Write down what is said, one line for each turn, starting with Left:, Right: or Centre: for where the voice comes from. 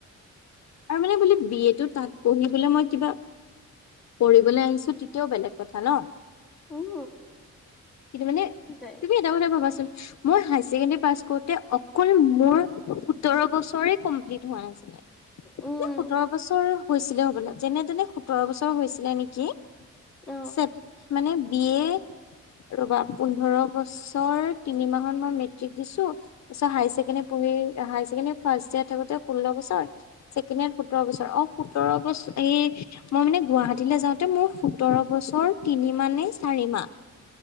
Left: আৰু মানে বোলে, বি এ টো তাত পঢ়িবলে মই কিবা, পঢ়িবলৈ আনিছোঁ, তেতিয়াও বেলেগ কথা ন'!
Centre: উম
Left: কিন্তু মানে,
Centre: উম দে
Left: তুমি এটা কথা ভাবাচোন? মই হাইয়াৰ ছেকেণ্ডাৰী পাছ কৰোঁতে, অ মোৰ সোতৰ বছৰে, কমপ্লিট হোৱা নাছিলে। নে,
Centre: উম
Left: সোতৰ বছৰ হৈছিলে হ'বলা, যেনে-তেনে সোতৰ বছৰ হৈছিলে নেকি!
Centre: অ
Left: <unintelligible> মানে, বি এ ৰ'বা, পোন্ধৰ বছৰ তিনি মাহত মই মেট্ৰিক দিছোঁ। তাৰপিছত, হাইয়াৰ পঢ়ি, হাইয়াৰ ছেকেণ্ডাৰী ফাৰ্ষ্ট ইয়েৰৰত থাকোঁতে, ষোল্ল বছৰ। ছেকেণ্ড ইয়েৰত সোতৰ বছৰ। অ'! সোতৰ বছৰ এই মই মানে, গুৱাহাটীলৈ যাওঁতে, মোৰ সোতৰ বছৰ তিনি মাহ, নে চাৰি মাহ!